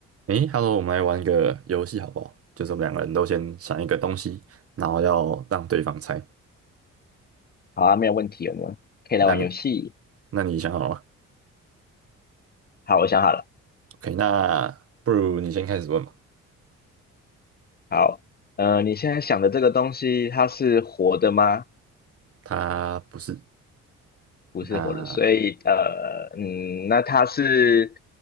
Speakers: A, on the right; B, on the left.
A: 诶，Hello，我们来玩一个游戏好不好？就是我们两个人都先想一个东西，然后要让对方猜。
B: 好啊，没有问题，我们可以来玩游戏。
A: 那你，那你想好了吗
B: 好，我想好了。
A: ？OK，那不如你先开始问吧。
B: 好，呃，你现在想的这个东西，它是活的吗？
A: 它不是，
B: 不是活的，
A: 那
B: 所以呃，嗯，那它是